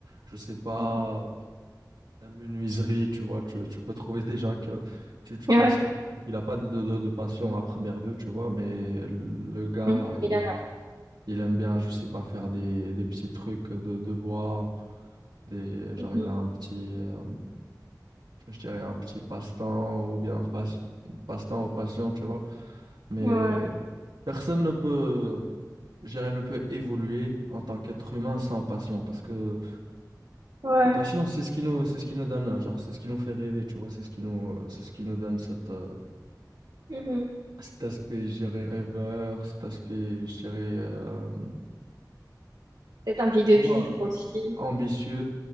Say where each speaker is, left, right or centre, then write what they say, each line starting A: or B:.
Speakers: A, on the right (about 85°); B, on the right (about 65°).
A: Je sais pas,
B: Mhm.
A: la menuiserie, tu vois. Tu, tu peux trouver des gens que tu, tu
B: Ouais.
A: penserais qu'il a pas de, de, de passion à première vue, tu vois. Mais le gars,
B: Mhm.
A: il,
B: Elana.
A: il aime bien, je sais pas, faire des, des petits trucs de, de bois. Des, genre,
B: Mhm.
A: il a un petit, euh, je dirais un petit passe-temps ou bien passe, passe-temps ou passion, tu vois. Mais
B: Ouais.
A: euh, personne ne peut, je dirais, ne peut évoluer en tant qu'être humain sans passion parce que
B: Ouais.
A: les passions, c'est ce qui nous, c'est ce qui nous donne, euh, genre, c'est ce qui nous fait rêver, tu vois, c'est ce qui nous, c'est ce qui nous donne cette, euh,
B: Mhm.
A: cet aspect, je dirais, rêveur, cet aspect, je dirais, euh,
B: Cette envie de
A: tu
B: vivre
A: vois,
B: aussi.
A: ambitieux